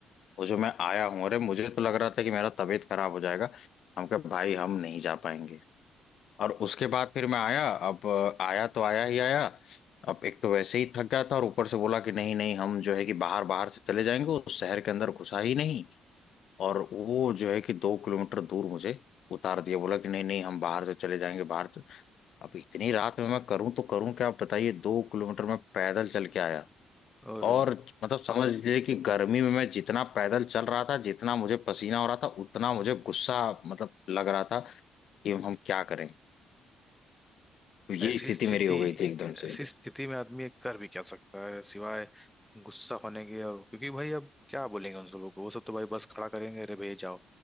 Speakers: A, on the left; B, in the centre.
A: वो जो मैं आया हूँ अरे मुझे तो लग रहा था कि मेरा तबीयत खराब हो जाएगा हम कहा भाई हम नहीं जा पाएंगे और उसके बाद फिर मैं आया अब अ, आया तो आया ही आया अब एक तो वैसे ही थक गया था और ऊपर से बोला कि नहीं नहीं हम जो है कि बाहर बाहर से चले जाएंगे उस शहर के अंदर घुसा ही नहीं और वो जो है कि दो किलोमीटर दूर मुझे उतार दिया बोला कि नहीं नहीं हम बाहर से चले जाएंगे बाहर से अब इतनी रात में मैं करूं तो करूं क्या आप बताइए दो किलोमीटर मैं पैदल चल के आया
B: और
A: और मतलब समझ लीजिए कि गर्मी में मैं जितना पैदल चल रहा था जितना मुझे पसीना हो रहा था उतना मुझे गुस्सा मतलब लग रहा था कि हम क्या करें तो ये
B: ऐसी
A: स्थिति
B: स्थिति
A: मेरी हो गई थी एकदम
B: ऐसी
A: से
B: स्थिति में आदमी एक कर भी क्या सकता है सिवाय गुस्सा होने के और क्योंकि भाई अब क्या बोलेंगे उन लोगों को वो सब तो भाई बस खड़ा करेंगे अरे भैया जाओ